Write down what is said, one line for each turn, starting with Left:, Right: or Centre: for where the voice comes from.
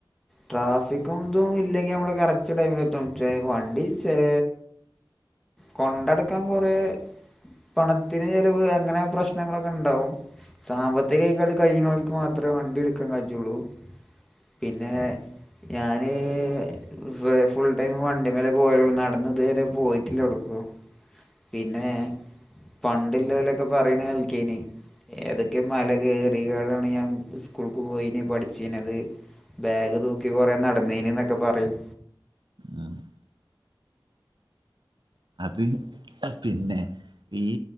Centre: ട്രാഫിക്കും ഇതും ഇല്ലെങ്കി നമ്മള് കറക്റ്റ് ടൈമിൽ എത്ത വണ്ടി ചെറ കൊണ്ടടുക്കാൻ കുറേ പണത്തിന് ചെിലവ് അങ്ങനെ പ്രശ്നങ്ങളൊക്കെ ഉണ്ടാവും സാമ്പത്തിക കൈകാട് കഴിഞ്ഞക്ക് മാത്രമേ വണ്ടി എടുക്കാൻ കഴറ്റുള്ളൂ പിന്നെ ഞാന് ഫ് ഫുൾ ടൈം വണ്ടിമ്മെലേ പോയൊള്ളൂ നടന്ന് ഇതുവരെ പോയിട്ടില്ല എവ്ട്ക്കും പിന്നെ പണ്ട് ഇല്ലോലൊക്കെ പറീണ് കേൾക്കേയ്നി ഏതെക്കെ മല കേറിങ്ങാണ്ടാണ് ഞാൻ ഇസ്കൂൾക്ക് പോയിന്യെ പഠിച്ചിനെത് ബാഗ് തൂക്കി കൊറെ നടന്നീനി ന്നൊക്കെ പറയും
Right: <unintelligible> അപ്പ ഈ അഹ് പിന്നെ ഈ